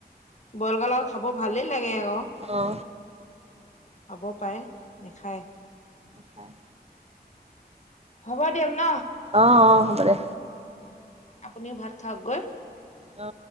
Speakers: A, on the left; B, on the right.
A: বইল কৰিলে আৰু খাব ভালেই লাগে আকৌ।
B: অঁ।
A: খাব পাৰে নেখায়।
B: নাই।
A: হ'ব দিয়ক ন।
B: অ অ হ'ব দে।
A: আপুনিও ভাত খাওক গৈ।
B: অ।